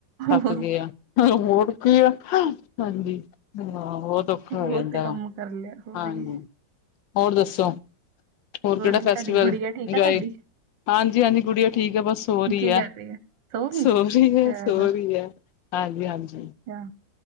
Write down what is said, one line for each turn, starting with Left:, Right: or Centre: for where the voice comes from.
Right: ਹੋਰ
Left: ਥੱਕ ਗਏ ਆ ਹੋਰ ਕੀ ਆ ਹਾਂਜੀ। ਹਾਂ ਬਹੁਤ ਔਖਾ
Right: ਹੋਰ
Left: ਹੋ ਜਾਂਦਾ
Right: ਤੇ ਕੰਮ ਕਰ ਲਿਆ ਹੋਰ
Left: ਹਾਂਜੀ
Right: ਕੀ
Left: ਹੋਰ ਦੱਸੋ। ਹੋਰ ਕਿਹੜਾ
Right: ਜੀ
Left: ਫੈਸ਼ਟੀਵਲ
Right: ਤੁਹਾਡੀ ਗੁੜੀਆ
Left: ਇੰਨਜੋਏ।
Right: ਠੀਕ ਆ ਤੁਹਾਡੀ
Left: ਹਾਂਜੀ-ਹਾਂਜੀ ਗੁੱਡੀਆਂ ਠੀਕ ਆ ਬਸ ਸੋਹ ਰਹੀ
Right: ਕੀ
Left: ਹੈ
Right: ਕਰ ਸੋ ਗਈ
Left: ਸੋਹ ਰਹੀ
Right: ਚਲੋ
Left: ਹੈ ਸੋਹ ਰਹੀ ਹੈ। ਹਾਂਜੀ-ਹਾਂਜੀ।
Right: ਅੱਛਾ <unintelligible>